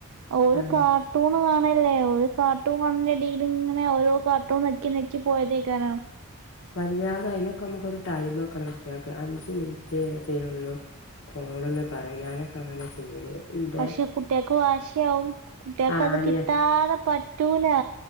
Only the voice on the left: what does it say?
ആഹ്
വല്ലാതെ അയ്നൊക്കെ അമുക്കൊരു ടൈം വെക്കണം കുട്ട്യോൾക്ക് അഞ്ച് മിനിറ്റേ തരൊള്ളൂ പോണംന്ന് പറ്യാ ഞാനൊക്കെ അങ്ങനെ ചെയ്യല്. ഇന്റെ
ആഹ്
അനിയ